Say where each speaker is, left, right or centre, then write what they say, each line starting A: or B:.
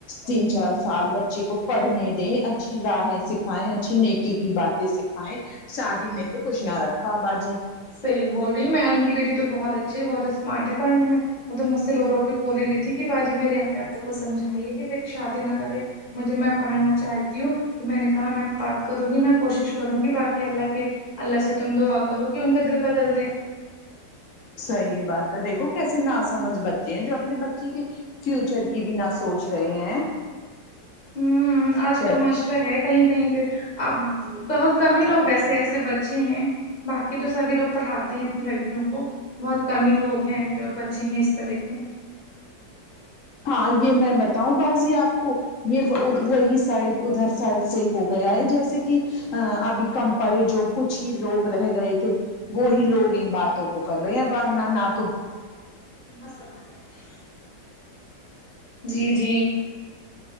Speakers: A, on the left (about 65°); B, on the left (about 25°).
A: تین چار سال بچے کو پڑھنے دیں اچا اچھی راہیں سکھائیں اچھی نیکی کی باتیں سکھائیں شادی میں تو کوشھ نہ رکھا باجی
B: صحیح بول رہی میں ان کی بیٹی تو بہت اچھی ہے بہت اسمارٹ ہے پڑھنے میں مطلب مجھ سے رو رو کے بولی رہی تھی کہ باجی میرے امی ابو کو سمجھائیے کہ میری شادی نہ کرے مجھے میں پڑھنا چاہتی ہوں تو میں نے کہا میں بات کروں گی میں کوشش کروں گی باقی اللہ کے اللہ سے تم دعا کرو کہ ان کا دل بدل دیں
A: صحیح بات ہے دیکھو کیسے نا سمجھ بچے ہیں جو اپنے بچے کے فیوچر کی بھی نہ سوچ رہے ہیں
B: ہوں آج
A: کیسے
B: کا معاشرہ ہے کہیں کہیں پہ آ
A: کیسے دماغ
B: بہت کم ہی لوگ ویسے
A: والے۔
B: ایسے بچے ہیں باقی تو سبھی لوگ پڑھاتے ہیں اپنی لڑکیوں کو بہت کم ہی لوگ ہیں جو بچے ہیں اس طرح کے کے
A: ہاں یہ میں بتاؤں بازی آپ کو یہ وہی سائڈ ادھر سائڈ سے ہو گیا ہے جیسے کہ کہ ا ابھی کم پڑھے جو کچھ ہی لوگ رہ گئے تھے وہی لوگ ان باتوں کو کر رہے ہیں نہ تو
B: <unintelligible> جی جی